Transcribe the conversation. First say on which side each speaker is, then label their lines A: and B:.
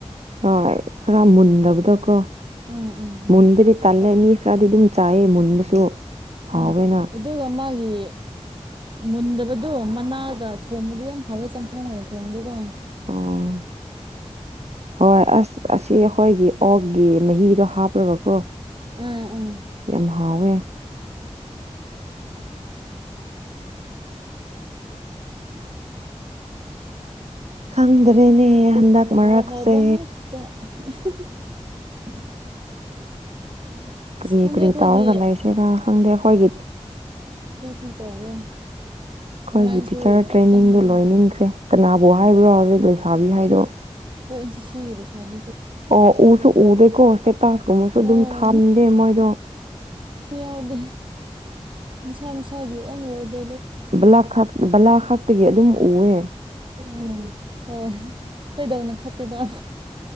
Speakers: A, on the right; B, on the right.
A: ꯍꯣꯏ ꯔꯥ ꯃꯨꯟꯗꯕꯗ ꯀꯣ
B: ꯎꯝ ꯎꯝ
A: ꯃꯨꯟꯕꯗꯤ ꯇꯜꯂꯦ
B: ꯍꯣꯏ
A: ꯃꯤ ꯈꯔꯗꯤ ꯑꯗꯨꯝ ꯆꯥꯏꯑ ꯃꯨꯟꯕꯁꯨ ꯍꯥꯎꯋꯦꯅ
B: ꯎꯝ ꯑꯗꯨꯒ ꯃꯥꯒꯤ ꯃꯨꯟꯗꯕꯗꯣ ꯃꯅꯥꯒ ꯊꯣꯡꯕꯗꯣ ꯌꯥꯝ ꯍꯥꯎꯋꯦ ꯆꯝꯊꯣꯡ ꯑꯣꯏꯅ ꯊꯣꯡꯕꯗꯨꯒ
A: ꯑꯣ ꯍꯣꯏ ꯑꯁ ꯑꯁꯤ ꯑꯩꯈꯣꯏꯒꯤ ꯑꯣꯛꯀꯤ ꯃꯍꯤꯗꯣ ꯍꯥꯞꯄ꯭ꯔꯒꯀꯣ
B: ꯎꯝ ꯎꯝ
A: ꯌꯥꯝ ꯍꯥꯎꯋꯦ ꯈꯪꯗ꯭ꯔꯦꯅꯦ ꯍꯟꯗꯛ ꯃꯔꯛꯁꯦ
B: ꯍꯥꯎ ꯍꯥꯎꯕ ꯉꯥꯛꯇ <inaudible> ꯑꯁ
A: ꯀꯔꯤ
B: ꯈꯪꯗꯦ
A: ꯀꯔꯤ
B: ꯑꯩꯈꯣꯏꯒꯤ
A: ꯇꯥꯎꯔꯒ ꯂꯩꯁꯤꯦꯔꯥ ꯈꯪꯗꯦ ꯑꯩꯈꯣꯏꯒꯤ
B: ꯐ ꯇꯧꯕ꯭ꯔꯥ
A: ꯑꯩꯈꯣꯏꯒꯤ
B: ꯑꯣꯟꯂꯥꯏꯟꯁꯨ
A: ꯇꯤꯆꯔ
B: ꯄꯥꯛ
A: ꯇ꯭ꯔꯦꯅꯤꯡꯗꯨ
B: ꯆꯪꯗꯦ
A: ꯂꯣꯏꯅꯤꯡꯈ꯭ꯔꯦ ꯀꯅꯥꯕꯨ ꯍꯥꯏꯕ꯭ꯔꯣ ꯍꯧꯖꯤꯛ ꯂꯣꯏꯁꯥꯕꯤ ꯍꯥꯏꯗꯣ
B: ꯀꯣꯏꯆ ꯁꯤꯒꯦ ꯁꯝ
A: ꯑꯣ ꯎꯁꯨ ꯎꯗꯦꯀꯣ ꯏꯁꯇꯦꯇꯥꯁꯀꯨꯝꯕꯁꯨ ꯑꯗꯨꯝ
B: ꯍꯣꯏ
A: ꯊꯝꯗꯦ ꯃꯣꯏꯗꯣ
B: ꯌꯥꯗꯦ ꯃꯁꯥ ꯃꯁꯥꯒꯤ ꯑꯣꯟ ꯑꯣꯗ
A: ꯕꯂꯥ ꯈ ꯕꯂꯥ ꯈꯥꯛꯇꯒꯤ ꯑꯗꯨꯝ ꯎꯑꯦ
B: ꯎꯝ ꯍꯣꯏ ꯀꯩꯗꯧꯅ ꯈꯠꯇꯦꯕ